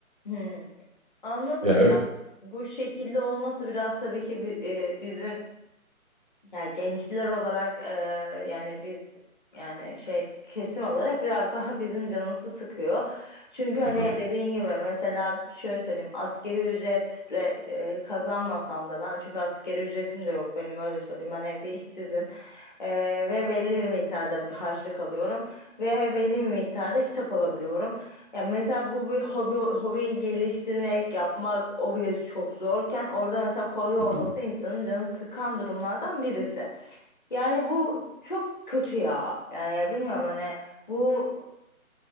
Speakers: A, on the left; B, on the right.
A: Hı. Anladım
B: Ya
A: ya.
B: evet.
A: Bu şekilde olması biraz tabii ki bi- e, bizim Ya gençler olarak e, yani biz yani şey kesim olarak biraz <laughs> daha bizim canımızı sıkıyor. Çünkü hani
B: Hı hı,
A: dediğin gibi mesela şöyle söyleyeyim askeri ücretle e, kazanmasam da ben çünkü askeri ücretim de yok benim öyle söyleyeyim ben evde işsizim E, ve belli bir miktarda harçlık alıyorum ve belli bir miktarda kitap alabiliyorum. Ya mesela bu bir hobi hobiyi geliştirmek, yapmak o bile çok zorken orada mesela kolay olması
B: hı hı,
A: insanın canını sıkan durumlardan birisi. Yani bu çok kötü ya. Yani bilmiyorum hani bu